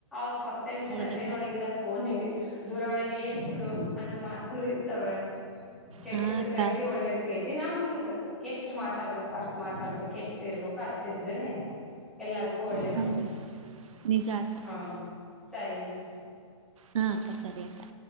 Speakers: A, in the centre; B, on the right (about 75°).
A: ಅದು ಪಕ್ಕದಲ್ಲಿದ್ದು
B: ಹೌದಕ್ಕ
A: ನನ್ನೇ ನೋಡಂಗಿಲ್ಲ ಫೋನ ಹೆಂಗ ದೂರವಾಣಿಗೆ ಇಟ್ಬಿಡು ಅನ್ನೋ ಮಾತುಗಳು ಇರ್ತವೆ. ಕೆಟ್ಟದಕೈತಿ
B: ಹಾ ಅಕ್ಕ
A: ಒಳ್ಳೇದ ಕೇತಿ ನಮ್ದ್ ಎಷ್ಟ್ ಮಾತಾಡ್ಬೇಕು ಅಷ್ಟ್ ಮಾತಾಡ್ಬೇಕು ಎಷ್ಟ ಇರ್ಬೇಕು ಅಷ್ಟ ಇದ್ರೆನೆ ಎಲ್ಲದಕ್ಕೂ ಒಳ್ಳೇದು
B: ಹೌದ್ ನಿಜ ಅಕ್ಕ
A: ಹ ಸರಿಮ್ಮ.
B: ಹಾ